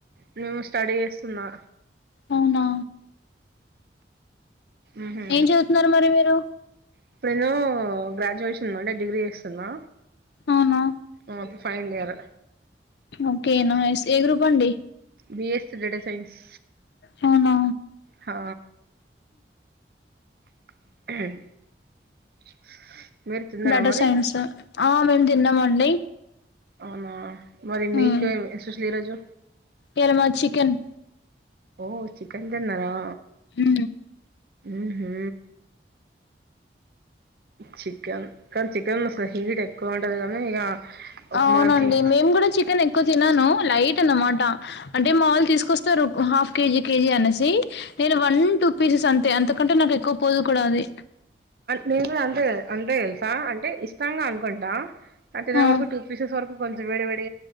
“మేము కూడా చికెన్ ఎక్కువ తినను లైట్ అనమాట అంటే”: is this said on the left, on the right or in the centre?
Left